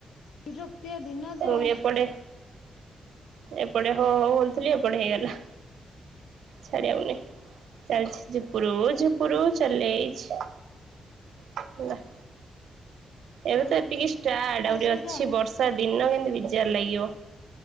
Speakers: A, on the left; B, on the right.
A: ବିରକ୍ତିଆ ଦିନ ଯେ
B: ପୁଣି
A: ଆଉ
B: ଏପଟେ ଏପଟେ ହଉ ହଉ ବୋଲୁଥିଲି ଏପଟେ ହେଇଗଲା, ଛାଡିହଉନି। ଚାଲିଛି ଝୁପୁରୁ, ଝୁପୁରୁ ଚଲେଇଛି, ହେଲା। ଏବେ ତ ଏତିକି ଷ୍ଟାର୍ଟ, ଆଉ ଗୋଟେ
A: ସେଇଟା
B: ଅଛି ବର୍ଷା ଦିନ କେନ୍ତି ବିଜାର ଲାଗିବ।